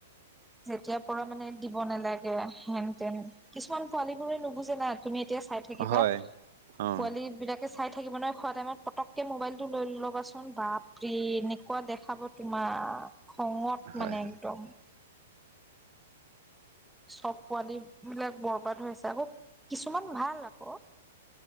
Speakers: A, in the centre; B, on the right (about 60°).
A: যেতিয়াৰ পৰা মানে দিব নালাগে হেন তেন। কিছুমান পোৱালী বোৰে নুবুজে না, তুমি এতিয়া চাই থাকিবা
B: হয় অ
A: পোৱালি বিলাকে চাই থাকিব নহয় খোৱা টাইমত পটককে মোবাইলটো লৈ ল'বাচোন বাপৰে! এনেকুৱা দেখাব তোমাক খঙত
B: হয়
A: মানে
B: হয়
A: একদম। চব পোৱালবিলাক বৰবাদ হৈ আছে, আকৌ কিছুমান ভাল, আকৌ।